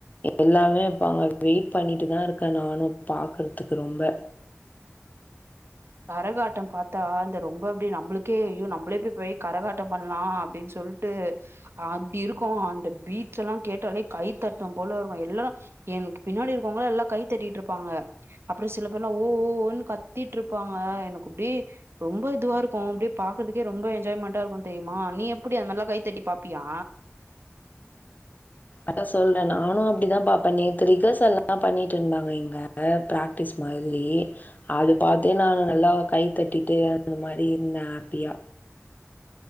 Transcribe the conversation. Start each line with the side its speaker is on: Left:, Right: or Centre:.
Left: எல்லாமே இப்ப வெயிட் பண்ணிட்டுதா இருக்கே நானு பாக்கறதுக்கு ரொம்ப
Right: கரகாட்டம் பாத்தா இந்த ரொம்ப அப்படி நம்மளுக்கே ஐயோ நம்மளே போய் கரகாட்டம் பண்ணலா அப்டின் சொல் ட்டு அப்டி இருக்கு அந்த பீச்சல்லா கேட்டாலே கைத்தட்னு போல இருக்கு இல்லன எனக்கு பின்னாடி இருக்கவங்களா எல்லா கை தட்டிட்டு இருப்பாங்க அப்பறோ சில பேர் எல்லா ஓ ஓ ஓன் கத்திட்ருப் ப்பாங்க எனக் அப்டி ரொம்ப இதுவா இருக்கு அப்படியே பாக்குறக்கே ரொம்ப என்ஜாய்மெண்டா இருக்கு தெயுமா நீ எப்டி அந்தமார்லா கைத்தட்டி பாப்பியா
Left: அதா சொல்றே நானு அப்டிதா பாப்பேன நேத்து ரிகர்ஸ்ல்லா பண்ணிட்டு இருந்தாங்க இங்க பிரா க்டீஸ் மாதிரி அது பாத்தினா நல்லா கை தட்டிட்டு அந்த மாரி இருந்தே ஹாப்பியா